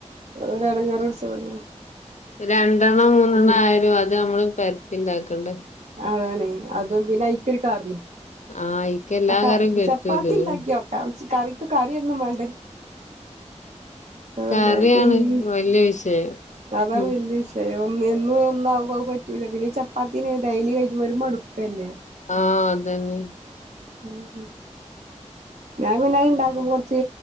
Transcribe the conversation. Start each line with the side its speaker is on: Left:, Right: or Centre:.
Right: അതൊരു അടങ്കറട <unintelligible> <unintelligible>
Left: രണ്ടെണ്ണം മൂന്നെണ്ണം ആയിരും അത് നമ്മള് പരുത്തി ഉണ്ടാക്കണ്ടേ
Right: അതാണ് അതും പിന്നെ അഐക്കൊ ഒരു കറി
Left: ആഹ് അയിക്ക് എല്ലാ
Right: അക്ക
Left: കറിയും പറ്റൂലല്ലോ
Right: ചപ്പാത്തി ഉണ്ടാക്കിയോക്ക കറിക്കോ കറിയൊന്നും വേണ്ടേ അതക്ക്
Left: കറിയാണ്
Right: <unintelligible>
Left: വല്യ വിഷയം
Right: അതാണ്
Left: ഉം
Right: വല്യ വിഷയം ഒന്ന എന്നും ഒന്നാവുമ്പ പറ്റൂില്ല പിന്നെ ഈ ചപ്പാത്തിനെ ഡെലി കഴിുമ്പോ ഒരു മടുപ്പല്ലേ
Left: ആഹ അതന്നെ
Right: ഉം ഉം ഞാൻ പിന്നെ അത്ണ്ടാക്കുമ്പോ കൊർച്ച്